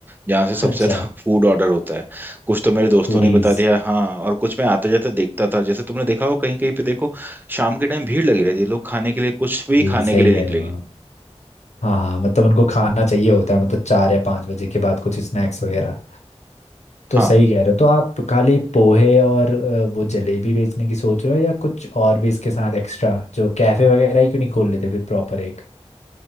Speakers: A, on the right; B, on the left.
A: जहाँ से
B: <laughs>
A: सबसे
B: अच्छा
A: ज्यादा <laughs> फूड ऑर्डर होता है कुछ तो मेरे दोस्तों
B: फूडीज
A: ने बता दिया हाँ और कुछ मैं आते जाते देखता था जैसे तुमने देखा हो कहीं कहीं पे देखो शाम के टाइम भीड़ लगी रहती है लोग खाने के लिए कुछ भी
B: जी
A: खाने
B: सही
A: के लिए
B: कह
A: निकलेंगे
B: रहे हो आप हाँ हाँ मतलब उनको खाना चाहिए होता है मतलब चार या पाँच बजे के बाद कुछ स्नैक्स वगैरह तो
A: हाँ,
B: सही कह रहे हो तो आप खाली पोहे और अ, वो जलेबी बेचने की सोच रहे हो या कुछ और भी इसके साथ एक्स्ट्रा जो कैफे वगैरह ही क्यों नहीं खोल लेते फिर प्रॉपर एक